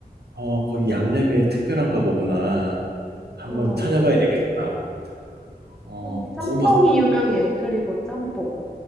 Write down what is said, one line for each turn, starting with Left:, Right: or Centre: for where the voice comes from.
Right: 어, 거기 양념이 특별한가 보구나. 한번
Centre: 어.
Right: 찾아봐야 되겠다. 어,
Centre: 음, 짬뽕이
Right: 꼬막,
Centre: 유명해. 그리고 짬뽕.